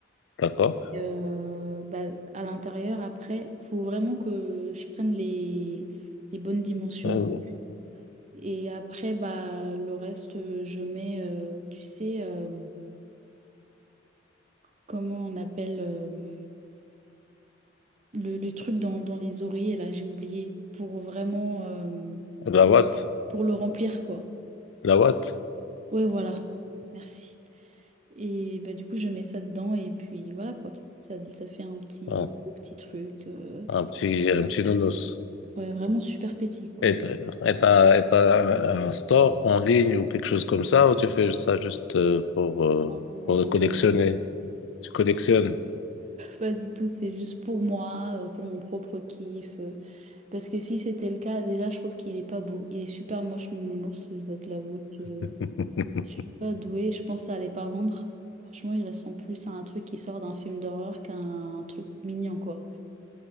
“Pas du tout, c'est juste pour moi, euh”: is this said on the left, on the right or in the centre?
Right